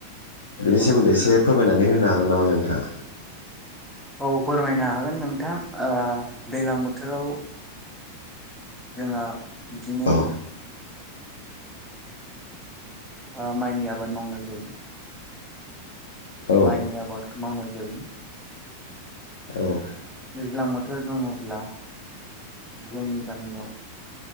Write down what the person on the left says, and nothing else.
बेनि
सोमोन्दै एसे फोर फोरमायनानै होनो हागोन नामा नोंथाङा
औ
औ
औ